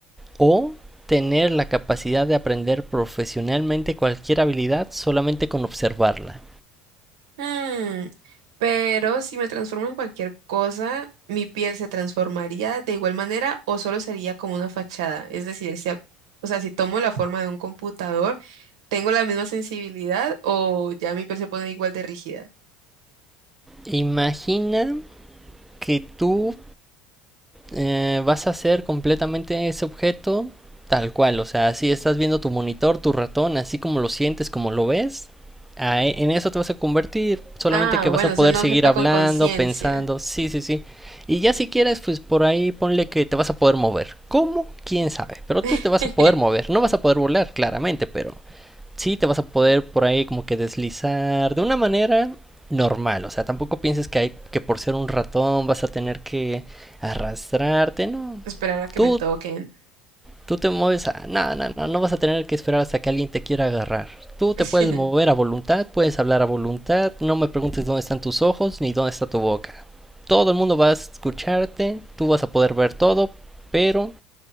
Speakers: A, in the centre; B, on the right (about 85°).
A: o tener la capacidad de aprender profesionalmente cualquier habilidad solamente con observarla.
B: Mm, pero si me transformo en cualquier cosa, ¿mi piel se transformaría de igual manera o solo sería como una fachada? Es decir, si, a- o sea, si tomo la forma de un computador, ¿tengo la misma sensibilidad o ya mi piel se pone igual de rígida?
A: Imagina que tú eh, vas a hacer completamente ese objeto tal cual. O sea, si estás viendo tu monitor, tu ratón, así como lo sientes, como lo ves, a- en eso te vas a convertir. Solamente
B: Ah,
A: que vas
B: bueno,
A: a
B: es
A: poder
B: un objeto
A: seguir hablando,
B: con conciencia.
A: pensando. Sí, sí, sí. Y ya si quieres, pues por ahí ponle que te vas a poder mover. ¿Cómo? ¿Quién sabe? Pero
B: <laughs>
A: tú te vas a poder mover. No vas a poder volar, claramente, pero sí te vas a poder por ahí como que deslizar de una manera normal. O sea, tampoco pienses que hay que por ser un ratón vas a tener que arrastrarte, no.
B: Esperar a que
A: Tú
B: me toquen.
A: tú te mueves a no, no, no, no vas a tener que esperar hasta que alguien te quiera agarrar. Tú te
B: <laughs>
A: puedes mover a voluntad, puedes hablar a voluntad, no me preguntes dónde están tus ojos ni dónde está tu boca. Todo el mundo va a escucharte, tú vas a poder ver todo, pero